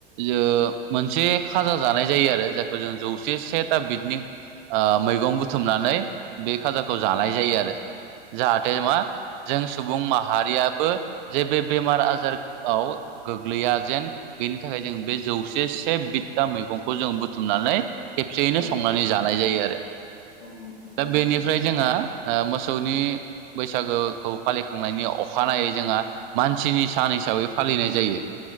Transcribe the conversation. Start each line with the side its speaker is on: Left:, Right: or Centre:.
Right: लो मोनसे खाजा जानाय जायो आरो जायखौ जों जौसे सेथा बिदनि आ मैगं बुथुमनानै बे खाजाखौ जानाय जायो आरो जाहाथे मा जों सुबुं माहारियाबो जेबो बेमार आजाराव फोराव गोग्लैया जेन बेनि थाखाय जों बे जौसे से बिथता मैगंखौ जों बुथुमनानै खेबसेयैनो
Left: औ
Right: संनानै जानाय जायो आरो
Left: औ नंगौ
Right: दा
Left: थारैनो
Right: बेनिफ्राय जोंहा मोसौनि बैसागोखौ फालिखांनायनि अखानायै जोंहा मानसिनि सान हिसाबै फालिनाय जायो